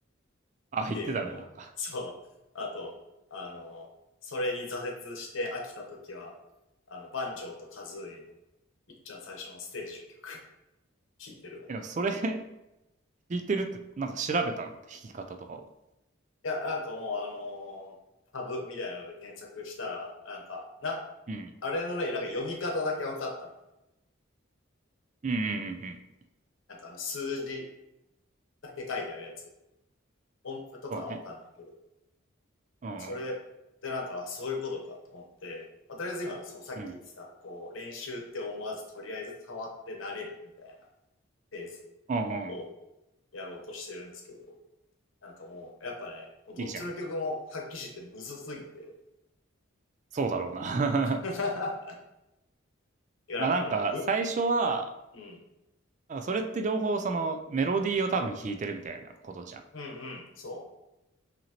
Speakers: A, on the left; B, on the right.
A: <laughs>
B: あ、言ってたね、
A: ゲームの、
B: なんか。
A: そう。あと、あの、それに挫折して飽きた時は、あの、バンジョーとカズーイの、いっちゃん最初のステージの曲、<laughs> 聴いてるわ。
B: でもそれ <laughs> 弾いてるって、なんか調べたの弾き方とかを。
A: いや、なんかもう、あのー、タブみたいなので検索したら、なんか、な、
B: うん。
A: あれのね、なんか読み方だけ分かったの。
B: うんうんうんうん。
A: なんかあの、数字だけ書いてあるやつ。音符とかは分かんないけど。
B: そうね。うんうん。
A: それでなんか、そういうことかと思って、まあ、とりあえず今、そのさっき言ってた、
B: うん。
A: こう、練習って思わず、とりあえず触って慣れるみたいなフェーズ
B: うんうん。
A: をやろうとしてるんですけど、なんかもう、やっぱね、もうどっちの曲も発揮してむずすぎて。
B: いいじゃん。そうだろうな。
A: <laughs>
B: <laughs>
A: いや、
B: まあなんか、
A: なんかある、う、
B: 最初は、
A: うん、
B: なんかそれって両方そのメロディーを多分弾いてるみたいなことじゃん。
A: うん、うん、そ